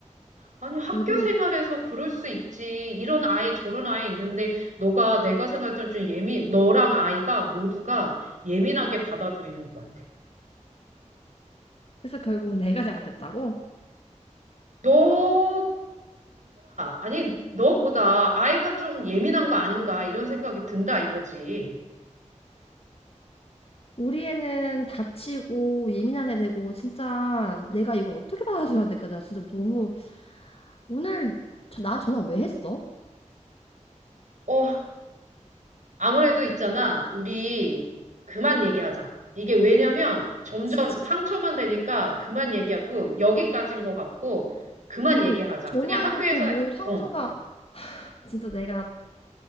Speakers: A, on the right (about 75°); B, on the left (about 50°).
A: 아니, 학교
B: 애들
A: 생활에서 그럴 수 있지. 이런 아이, 저런 아이 있는데, 너가 내가 생각할 때는 좀 예민, 너랑 아이가 모두가 예민하게 받아들이는 것 같아.
B: 그래서 결국은 내가 잘못했다고?
A: 너보다, 아니, 너보다 아이가 좀 예민한 거 아닌가, 이런 생각이 든다, 이거지.
B: 우리 애는 다치고 예민한 애 되고 진짜 내가 이걸 어떻게 받아줘야 될까? 나 진짜 너무 오늘 저, 나 전화 왜 했어?
A: 어, 아무래도 있잖아. 우리 그만 얘기하자. 이게 왜냐면 점점
B: 진짜.
A: 상처만 되니까 그만 얘기하고, 여기까지인 것 같고, 그만
B: 아니
A: 얘기하자.
B: 전화해놓고
A: 그냥 학교에서,
B: 뭐 상처가
A: 어.
B: 진짜 내가